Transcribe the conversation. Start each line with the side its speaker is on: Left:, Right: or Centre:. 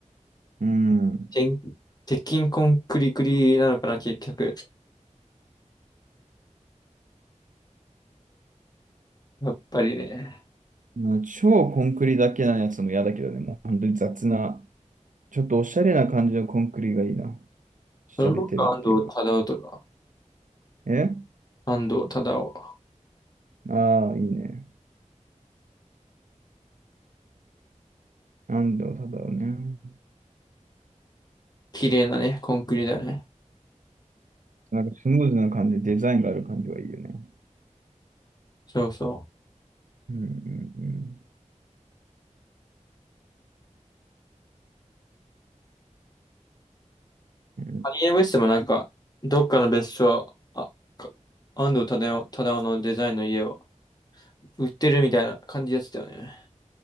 Right: うん。
Left: てん鉄筋コンクリグリなのかな、結局。やっぱりね。
Right: まあ、超コンクリだけなやつも嫌だけどね、もう本当に雑な、ちょっとおしゃれな感じのコンクリがいいな。しゃれてるっていうか。
Left: その僕は安藤忠雄とか、
Right: え
Left: 安藤忠雄。
Right: ああー、いいね。なんだろう、ただをね。
Left: 綺麗なね、コンクリだよね。
Right: なんかスムーズな感じ、デザインがある感じがいいよね。
Left: そうそう。
Right: うんうんうん。
Left: カニエ・ウェストもなんか、どっかの別荘、あ、か安藤忠雄、忠雄のデザインの家を売ってるみたいな感じやつだよね。